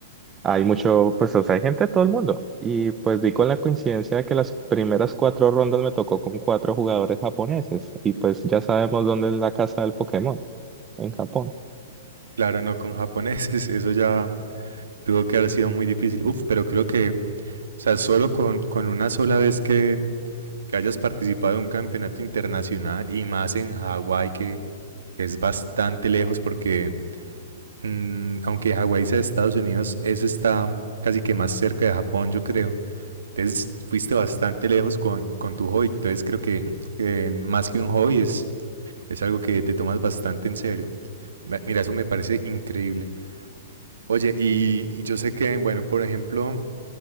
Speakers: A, on the right (about 20°); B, on the right (about 75°).
A: hay mucho, pues o sea, hay gente de todo el mundo. Y pues di con la coincidencia de que las primeras cuatro rondas me tocó con cuatro jugadores japoneses y pues ya sabemos dónde es la casa del Pokémon, en Japón.
B: Claro, no con japoneses, <laughs> eso ya tuvo que haber sido muy difícil. Uf, pero creo que O sea, solo con, con una sola vez que, que hayas participado en un campeonato internacional y más en Hawái, que, que es bastante lejos porque mm, aunque Hawái sea de Estados Unidos, eso está casi que más cerca de Japón, yo creo. Entonces fuiste bastante lejos con, con tu hobby. Entonces creo que, que más que un hobby es, es algo que te tomas bastante en serio. Mira, eso me parece increíble. Oye, y, y yo sé que, bueno, por ejemplo,